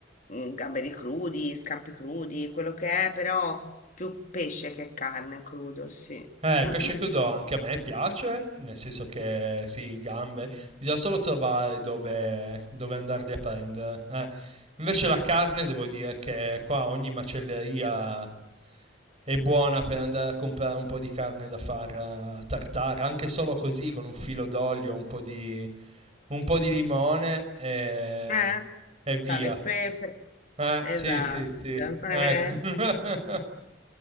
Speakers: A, on the left; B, on the right.
A: mm, gamberi crudi, scampi crudi, quello che è, però più pesce che carne crudo, sì.
B: Eh, il
A: Mm,
B: pesce
A: mm.
B: crudo anche a me piace, nel senso che sì, gambe, bisogna solo trovare dove, dove andarli a prendere. eh. Invece la carne, devo dire che qua ogni macelleria è buona per andare a comprare un po' di carne da far eh, tartare, anche solo così, con un filo d'olio, un po' di, un po' di limone e,
A: Eh?
B: e
A: Sale
B: via.
A: e pepe.
B: Eh,
A: Esatto.
B: sì, sì, sì.
A: <laughs>
B: Ecco.
A: eh.
B: <laughs>